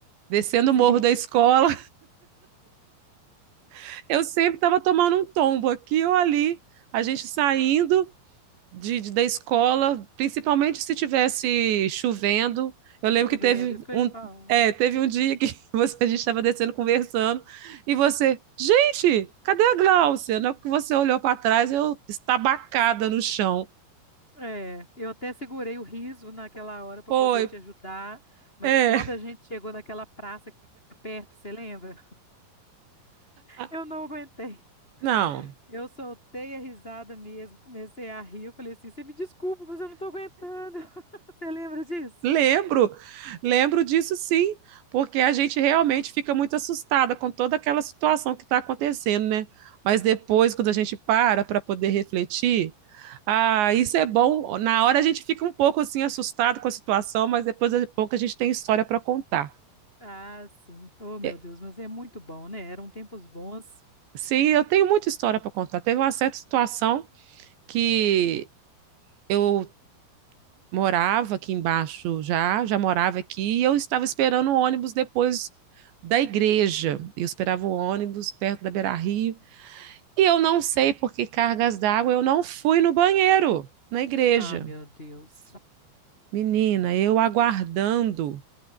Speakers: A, on the right; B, on the left.
A: Descendo
B: <laughs>
A: o morro
B: Sim,
A: da escola, <laughs> eu sempre estava tomando um tombo aqui ou ali, a gente saindo de, de- da escola, principalmente se tivesse chovendo. Eu
B: chovendo,
A: lembro que teve
B: isso que eu
A: um,
B: ia falar.
A: é, teve um dia que <laughs> você- a gente estava descendo conversando e você, gente, cadê a Gláucia? Na hora que você olhou para trás, eu estabacada no chão.
B: É, eu até segurei o riso naquela hora para
A: Foi,
B: poder te ajudar, mas
A: é.
B: quando a gente chegou naquela praça aqui perto, você lembra?
A: Ah,
B: Eu não aguentei.
A: Não,
B: Eu soltei a risada mesmo, comecei a rir. Eu falei assim: você me desculpa, mas eu não tô aguentando. <laughs> Você lembra disso?
A: Lembro, lembro disso sim, porque a gente realmente fica muito assustada com toda aquela situação que está acontecendo, né? Mas depois, quando a gente para para poder refletir, ah, isso é bom. Na hora a gente fica um pouco assim assustado com a situação, mas depois de pouco a gente tem história para contar.
B: Ah, sim. Oh, meu
A: E,
B: Deus, mas é muito bom, né? Eram tempos bons.
A: Sim, eu tenho muita história para contar. Teve uma certa situação que eu morava aqui embaixo já, já morava aqui, e eu estava esperando o ônibus depois da igreja. Eu esperava o ônibus perto da Beira-Rio, e eu não sei por que cargas d'água eu não fui no banheiro na igreja.
B: Ah, meu Deus.
A: Menina, eu aguardando